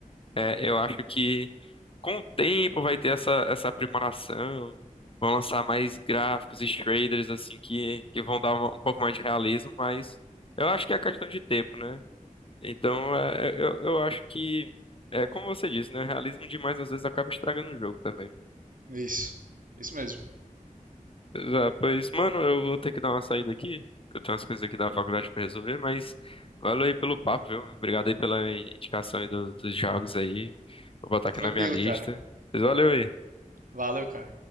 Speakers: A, on the left; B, on the right.
A: É, eu acho que com o tempo vai ter essa, essa aprimoração, vão lançar mais gráficos e shaders assim que, que vão dar uma- um pouco mais de realismo, mas eu acho que é questão de tempo, né? Então é, é, eu, eu acho que é como você disse, né? Realismo demais às vezes acaba estragando o jogo também.
B: É isso. É isso mesmo.
A: Ah, pois, mano, eu vou ter que dar uma saída aqui, que eu tenho umas coisas aqui da faculdade pra resolver, mas valeu aí pelo papo, viu? Obrigado aí pela indicação aí do- dos jogos aí. Vou botar aqui
B: Tranquilo,
A: na minha lista.
B: cara.
A: Mas valeu aí.
B: Valeu, cara.